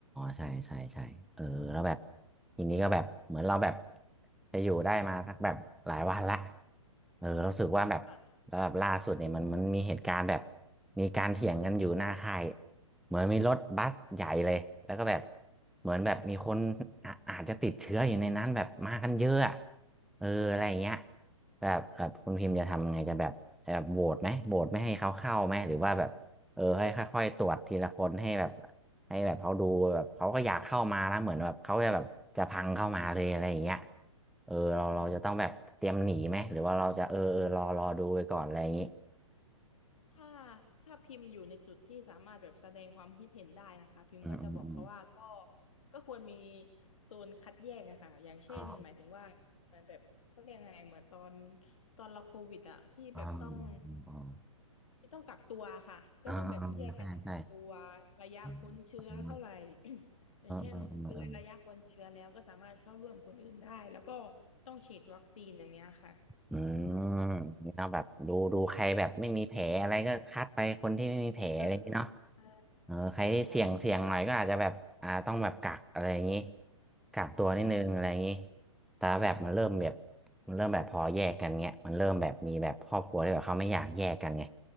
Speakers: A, in the centre; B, on the left.
A: ใช่ใช่ใช่เออแล้วแบบทีนี้ก็แบบเหมือนเราแบบจะอยู่ได้มาสักแบบหลายวันละเออเรารู้สึกว่าแบบแล้วแบบล่าสุดเนี่ยมันมันมีเหตุการณ์แบบ
B: ค่ะ
A: มีการเถียงกันอยู่หน้าค่ายเหมือนมีรถบัสใหญ่เลยแล้วก็แบบเหมือนแบบมีคนอาอาจจะติดเชื้ออยู่ในนั้นแบบมากันเยอะอะเอออะไรอย่างเงี้ยแบบแบบคุณพิมพ์จะทำยังไงจะแบบแบบโหวตไหมโหวตไม่ให้เขาเข้าไหมหรือว่าแบบเออให้ค่อยๆตรวจทีละคนให้แบบ ให้แบบเขาดูแบบเขาก็อยากเข้ามาแล้วเหมือนแบบเขาจะแบบจะพังเข้ามาเลยอะไรอย่างเงี้ยเออเราเราจะต้องแบบเตรียมหนีไหมหรือว่าเราจะเออเออรอรอดูไปก่อนอะไรอย่างงี้
B: อืม ถ้าถ้าพิมพ์อยู่ในจุดที่สามารถแบบแสดงความคิดเห็นได้นะคะพิมพ์ก็จะบอกเขาว่าก็
A: อืมอืมอืม
B: ก็ควรมีโซนคัดแยกนะคะอย่างเช่นหมายถึงว่าเหมันแบบเขาเรียกไงเหมือนตอน
A: อ๋อ
B: ตอนเราโควิดอะที่แบบต้อง
A: อ๋ออืมอมอืม
B: ที่ต้องกักตัวค่ะก็ต้องแบบแยกกันกักตัว
A: ออืมอ๋ออ๋ออ๋อใช่ใช่
B: ระยะพ้นเชื้อเท่าไหร่
A: อืมอืม
B: <coughs> อย่างเช่นเลยระยะพ้นเชื้อแล้วก็สามารถเข้าร่วมคนอื่นได้แล้วก็
A: อืมอือม
B: ต้องฉีดวัคซีนอย่างเนี้ยค่ะ
A: อืมนี่เนาะแบบดูดูใครแบบไม่มีแผลอะไรก็คัดไปคนที่ไม่มีแผลอะไรอย่างงี้เนาะ
B: เออใช่
A: เออใครที่เสี่ยงเสี่ยงหน่อยก็อาจจะแบบอ่าต้องแบบกักอะไรอย่างงี้
B: ใช่ค่ะ
A: กักตัวนิดนึงอะไรอย่างงี้
B: ใช่ค่ะ
A: แต่แบบมันเริ่มแบบ
B: ใช่
A: มันเริ่มแบบพอแยกกันเงี้ยมันเริ่มแบบมีแบบครอบครัวที่แบบเขาไม่อยากแยกกันไง